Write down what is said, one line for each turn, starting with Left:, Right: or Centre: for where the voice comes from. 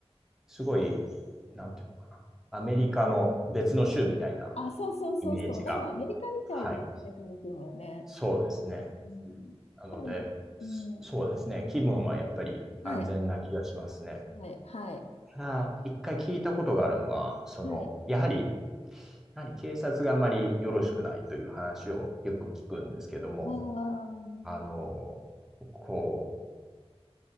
Centre: すごい、なんていうのかな、アメリカの別の州みたいな
Left: あ、そうそうそうそう。
Centre: イメージが、
Left: なんかアメリカみたいですよね、
Centre: はい、
Left: カン君はね。
Centre: そうですね。
Left: うん。
Centre: なので、
Left: だから、
Centre: そそうですね。
Left: うん。
Centre: 気分はやっぱり安全な気がしますね。
Left: はい、はい、はい。
Centre: ただ、一回聞いたことがあるのが、その、
Left: はい。
Centre: やはり、やはり警察があまりよろしくないという話をよく聞くんですけども、
Left: ああ。
Centre: あの、こ